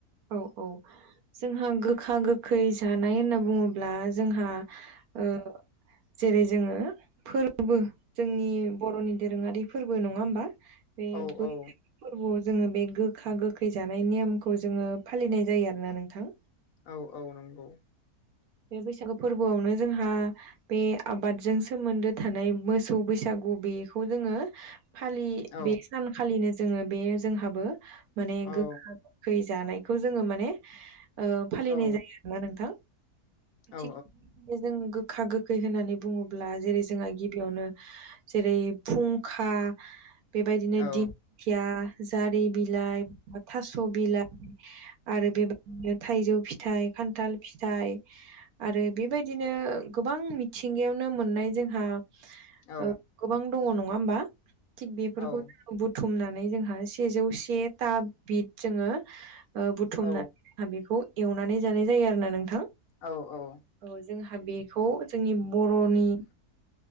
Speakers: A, on the right; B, on the left.
A: औ औ। जोंहा गोखा गोखै जानाय होनना बुङोब्ला जोंहा ओ जेरै जोङो फोरबो जोंनि बर'नि दोरोङारि फोरबो नङा होमबा? बे
B: औ
A: बैसाग
B: औ
A: फोरबोआव जोङो बे गोखा गोखै जानाय नेमखौ जोङो फालिनाय जायो आरोना नोंथां।
B: औ औ नंगौ।
A: बे बैसागो फोरबोआवनो जोंहा बे आबादजों सोमोन्दो थानाय मोसौ बैसागु बेखौ जोङो फालि
B: औ
A: बे सानखालिनो जोङो बे जोंहाबो माने
B: औ
A: गोखा खै जानायखौ जोङो माने ओ फालिनाय
B: औ
A: जायो आरोना नोंथां।
B: औ
A: थिग जों गोखा गोखै होननानै बुङोब्ला जेरै जोंहा गिबियावनो जेरै फुंखा। बेबायदिनो
B: औ
A: दिंखिया जारि बिलाइ थास' बिलाइ आरो बेबायदिनो थाइजौ फिथाइ खान्थाल फिथाइ आरो बेबायदिनो गोबां मिथिंगायावनो मोननाय जोंहा
B: औ
A: ओ गोबां दङ नङा होमबा थिग बेफोरखौ
B: औ
A: बुथुमनानै जोंहा सेजौ से था बिद जोंङो बुथुमना
B: औ
A: बेखौ एवनानै जानाय जायो आरोना नोंथां।
B: औ औ
A: औ जोंहा बेखौ जोंनि बर'नि